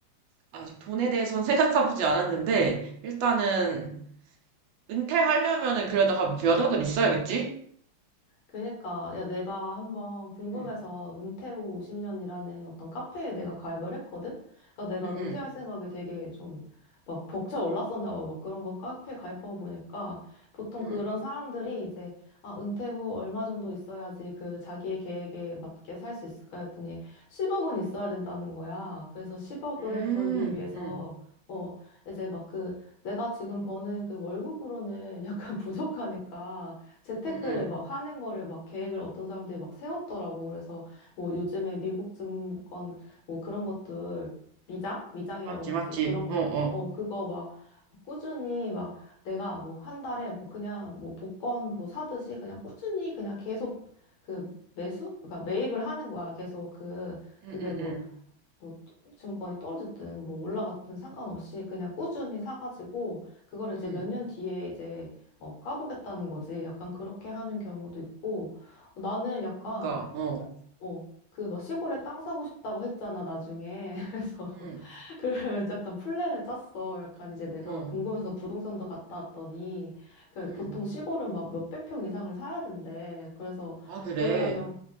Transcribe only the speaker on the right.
아, 돈에 대해서는 <laughs> 생각해보지 않았는데, 일단은 은퇴하려면은 그래도 한 몇 억은 있어야겠지?
응,
응,
응,
응,
응,
응,
응,
응. 맞지,
맞지.
어, 어.
응응응.
응.
응,
응.
그러니까 어.
응.
어.
응.
아 그래.